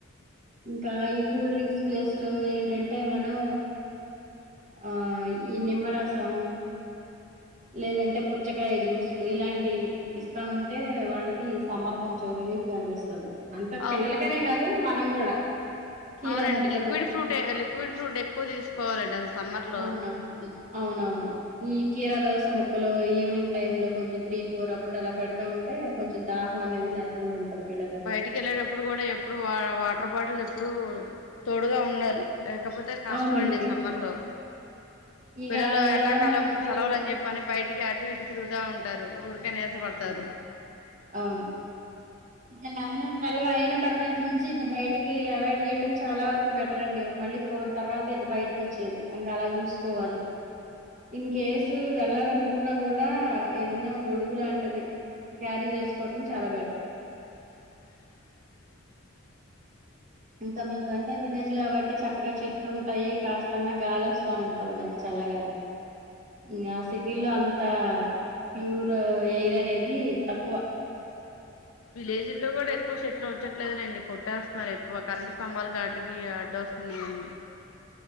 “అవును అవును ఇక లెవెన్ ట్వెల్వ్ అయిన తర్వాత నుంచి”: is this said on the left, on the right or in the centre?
Right